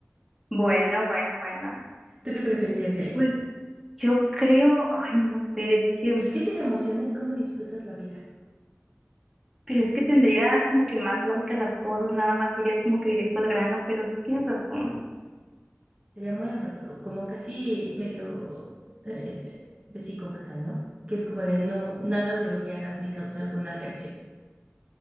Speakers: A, in the centre; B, on the right (about 25°).
A: Bueno, bueno, bueno.
B: ¿Tú qué preferirías de ahí?
A: Pues yo creo, ay, no lo sé, es que,
B: Es que sin emociones, ¿cómo disfrutas la vida?
A: pero es que tendría como que más lógica las cosas, nada más irías como que directo al grano, pero sí tienes razón,
B: Sería muy apático, como casi medio eh, de psicópata, ¿no? Que es como de no, nada de lo que hagas me causa alguna reacción.